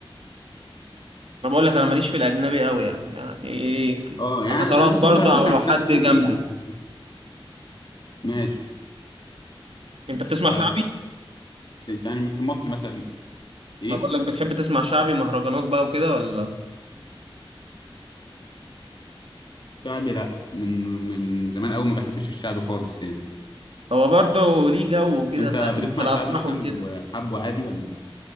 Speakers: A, on the right (about 85°); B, on the left (about 55°).
A: انا بقول لك انا ماليش في الاجنبي قوي يعني يعني ايه
B: اه يعني
A: فترات
B: انا مثلا
A: برضه
B: ممكن اقول لك
A: او لو حد
B: انا سمعت
A: جنبي
B: ايه يعني. ماشي
A: انت بتسمع
B: ف
A: شعبي
B: ده- ده يعني في مصر مثلا ايه
A: ما بقول لك بتحب تسمع شعبي مهرجانات بقى وكده ولا
B: شعبي لا من من زمان قوي ما بحبش الشعبي خالص يعني
A: هو برضه ليه جو كده
B: انت
A: فاهم
B: بتسمع
A: في الافراح
B: شعبي مثلا
A: وكده
B: وحبه عادي ولا